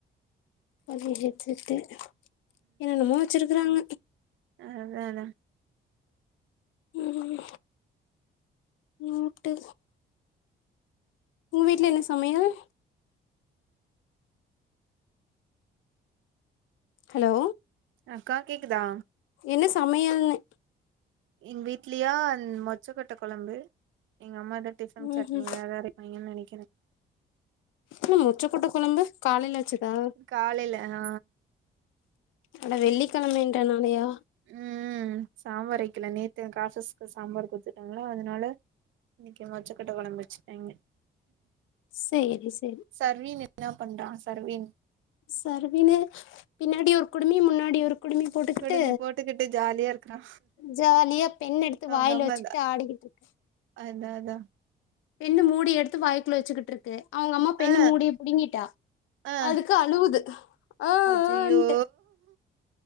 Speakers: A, on the left; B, on the right.
A: அய்யோ ஹெட்செட்டு என்னன்னமோ வச்சிருக்குறாங்க
B: அதான
A: ம் நோட்டு உங்க வீட்ல என்ன சமையல் ஹலோ
B: அக்கா கேக்குதா
A: என்ன சமையல்னு
B: எங்க வீட்லயா மொச்சக்கொட்ட கொழம்பு எங்கம்மா தா டிஃபன்
A: ம்
B: சட்னி
A: ம்
B: எத அரை பயங்கரமா இனிக்கு எனக்
A: ஆன மொச்சக்கொட்ட கொழம்பு காலையில வச்சதா
B: காலைல ஆ
A: அட வெள்ளிக்கெழம என்றனாளயா
B: ம் சாம்பார் வக்கல நேத்து காசஸ் சாம்பார் கூத்து ங்களா அதனால இன்னைக்கு மொச்சக்கொட்ட கொழம்பு வச்சுட்டாய்ங்க
A: சேரி சரி
B: சர்வீன் என்னா பண்றா சர்வீன்
A: சர்வினு பின்னாடி ஒரு குடுமி முன்னாடி ஒரு குடுமி போட்டுக்கிட்டு
B: குடுமி போட்டுக்கிட்டு ஜாலியா இருக்கிறா
A: ஜாலியா பெண் எடுத்து
B: அவங்கம்மதா
A: வாயில வச்சுக்கிட்டு ஆடிக்கிட்டு இருக்கு
B: அதா அதா
A: பெண்ணு மூடி எடுத்து வாய்க்குள்ள வச்சுக்கிட்ருக்கு அவங்கம்மா பென்னு
B: ஆ
A: மூடிய பிடிங்கிட்டா
B: ஆ
A: அதுக்கு அழுவுது ஆ
B: அய்யய்யோ
A: ஆ ன்ட்டு